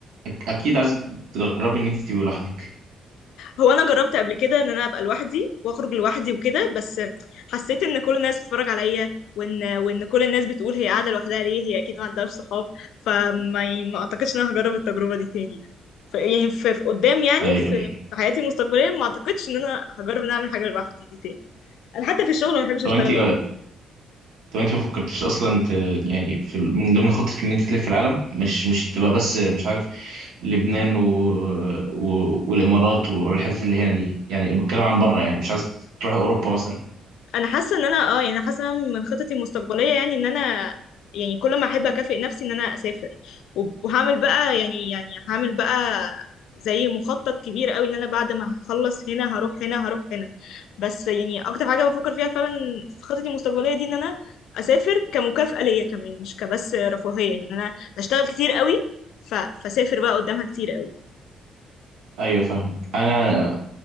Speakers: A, on the right; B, on the left.
A: أك- اكيد عايز تجربي ان انت تبقي لوحدك
B: هو انا جربت قبل كده ان انا ابقى لوحدي واخرج لوحدي وكده بس حسيت ان كل الناس بتتفرج عليا وان وان كل الناس بتقول هي قاعده لوحدها ليه هي اكيد ما عندهاش صحاب فما يعني ما اعتقدش ان انا هجرب التجربه دي تاني يعني ف يعني في في قدام يعني
A: ايوه
B: في
A: ايوه
B: في حياتي المستقبليه ما اعتقدش ان انا هجرب ان أنا اعمل حاجه لوحدي دي تاني انا حتى في الشغل ما بحبش
A: طب
B: اشتغل
A: انت
B: لوحدي
A: طب انت ما فكرتش اصلا ت... يعني في ال- من ضمن خطتك ان انت تلف العالم مش مش تبقى بس مش عارف لبنان و... و... والامارات والحتت اللي هنا دي يعني بتكلم عن بره يعني مش عايز تروح اوروبا مثلا
B: انا حاسه ان انا اه يعني أنا حاسه إن من خططي المستقبليه يعني ان انا يعني كل ما احب اكافئ نفسي ان انا اسافر وب- وهعمل بقى يعني يعني هعمل بقى زي مخطط كبير قوي ان انا بعد ما هخلص هنا هروح هنا هروح هنا بس يعني اكتر حاجه بفكر فيها فعلا في خططي المستقبليه دي ان انا اسافر كمكافاه ليا كمان مش كبس رفاهيه يعني إن انا اشتغل كتير قوي ف... فسافر بقى قدامها كتير قوي
A: ايوه فاهم انا